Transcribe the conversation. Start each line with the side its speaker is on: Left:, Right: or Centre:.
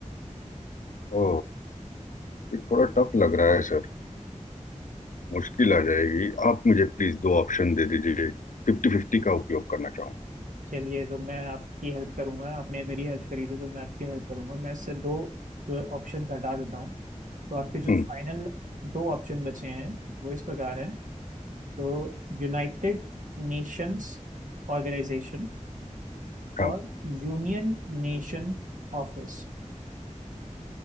Left: ओ ये थोड़ा टफ लग रहा है सर मुश्किल आ जाएगी आप मुझे प्लीज दो ऑप्शन दे दीजिए फिफ्टी फिफ्टी का उपयोग करना चाहूंगा
Right: चलिए तो मैं आपकी हेल्प करूंगा आपने मेरी हेल्प करी थी तो मैं आपकी हेल्प करूंगा मैं इससे दो जो ऑप्शन हटा देता हूँ तो आपके जो
Left: हम्म
Right: फाइनल दो ऑप्शन बचे हैं वो इस प्रकार हैं तो यूनाइटेड नेशंस ऑर्गेनाइजेशन और
Left: हाँ
Right: यूनियन नेशन ऑफिस